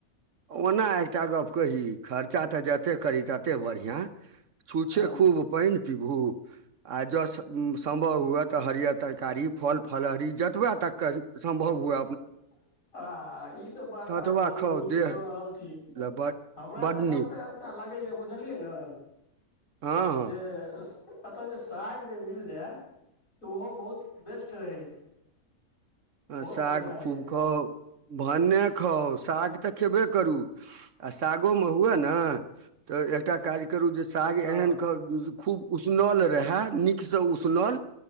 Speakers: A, on the right (about 65°); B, on the left (about 70°).
A: ओना एकटा गप्प कही खर्चा तऽ जते करी तते बढ़िआँ छूछे
B: हँ
A: खूब पनि पीबू आ जँ सम्भव हुए तऽ हरयर तरकारी फल फलहरी जतबे तक के सम्भव हुए
B: आ हा हा ई तऽ बात
A: ततबा
B: अहाँ बहुत
A: खाउ
B: नीक
A: देह
B: कह कहल छी
A: लए बड
B: हमरा
A: बड
B: तऽ
A: नीक
B: सबसे अच्छा लगैया बुझलियै न
A: हँ
B: जे एतऽ जे साग जे मिल जाय तऽ ओहो बहुत बेस्ट रहै छै
A: आ
B: बहुत
A: साग
B: बढ़िआँ रहै
A: खूब
B: छै
A: खाउ भन्ने खाउ साग तऽ खेबे करू आ सागो मे हुए ने तऽ एकटा काज करू जे साग
B: हँ
A: एहन कहब खूब उसनल रहे नीक से उसनल